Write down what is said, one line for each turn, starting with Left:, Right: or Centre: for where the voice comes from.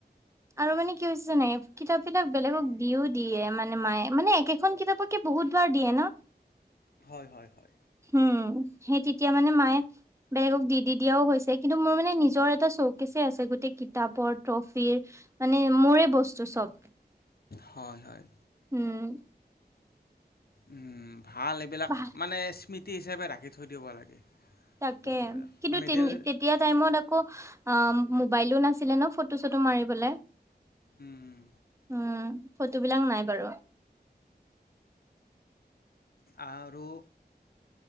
Right: আৰু মানে কি হৈছে নে কিতাপ বিলাক বেলেগক দিও দিয়ে মানে মায়ে মানে একেখন কিতাপক, বহুতবাৰ দিয়ে ন।
Left: হয়-হয়-হয়,
Right: উম, সেই তেতিয়া মানে মায়ে বেলেগক দি-দি দিয়াও হৈছে কিন্তু মোৰ মানে নিজৰ এটা চৌকেছ আছে গোটেই কিতাপৰ ট্ৰফিৰ মানে মোৰে বস্তু চব।
Left: হয়-হয়।
Right: উম,
Left: উম, ভাল এইবিলাক
Right: ভাল
Left: মানে স্মৃতি হিচাপে ৰাখি থৈ দিব লাগে।
Right: তাকে
Left: বস্তুবিলাক
Right: কিন্তু
Left: মেডেল
Right: তেতিয়া টাইমত আকৌ অ', বাইলো নাছিলে ন ফটো চটো মাৰিবলে
Left: উম,
Right: উম, ফটোবলাক নাই বাৰু।
Left: আৰু